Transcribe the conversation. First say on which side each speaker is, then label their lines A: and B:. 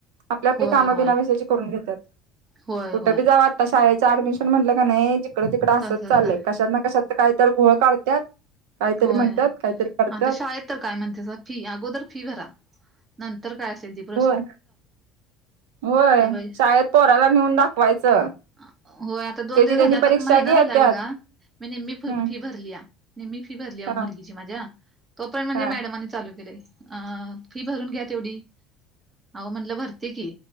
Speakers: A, on the right; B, on the right.
A: आपली आपली
B: होय
A: कामं
B: होय
A: बिनावेशाची करून घेतात
B: होय
A: कुठं
B: होय
A: बी जाव. ता शाळेचं ऍडमिशन म्हटलं का नाही जिकडं, तिकडं असत
B: तसच
A: चालय
B: आहे
A: कशात ना, कशात कायत घोळ काढत्यात. काहीतरी
B: होय
A: म्हणतात काहीतरी करतात
B: आता शाळेत. तर काय म्हणते ज फी अगोदर फी भरा नंतर काय असेल दीप
A: होय व्हय
B: सगळे
A: शाळेत पोराला नेऊन दाखवायचं.
B: अ होय आता दोन
A: त्याची
B: दिवस
A: त्यांनी
B: झाले आता
A: परीक्षा
B: क महिना
A: घेत्यात
B: झालाय बघा मी नीम्मी फी
A: हम्म
B: - फी भरली या. नीम्मी मी फी भरली हो
A: हा
B: मुलगीची माझ्या तो पर्यण म्हणजे
A: हा
B: मॅडमने चालू केलाय अ. फी भरून घ्या तेवढी अहो म्हणलं भरते की.